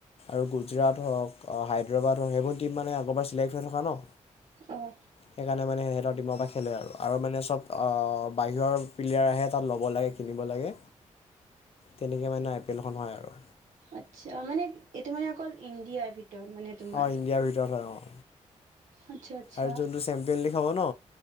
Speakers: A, on the left; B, on the right.
A: আৰু গুজৰাট হওক হায়দৰাবাদ হওক সেইবোৰ টীম মানে আগৰবাৰ চিলেক্ট হৈ থকা ন।
B: অহ
A: সেইকাৰণে মানে সেতৰ টিমৰ পৰা খেলে আৰু মানে চব অ বাহিৰৰ প্লেয়াৰ আহে তাত ল'ব লাগে কিনিব লাগে তেনেকৈ মানে আই এপেলখন হয় আৰু
B: আচ্ছা মানে এইটো মানে অকল ইণ্ডিয়াৰ ভিতৰত মানে তোমাৰ
A: অঁ ইণ্ডিয়াৰ ভিতৰত হয় অঁ
B: আচ্ছা আচ্ছা
A: আৰু যোনটো চেম্পিয়ন হ'ব ন